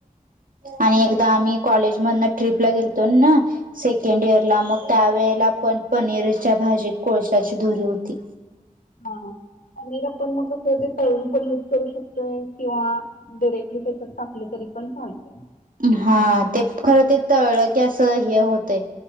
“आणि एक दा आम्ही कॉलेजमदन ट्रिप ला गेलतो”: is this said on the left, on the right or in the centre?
Right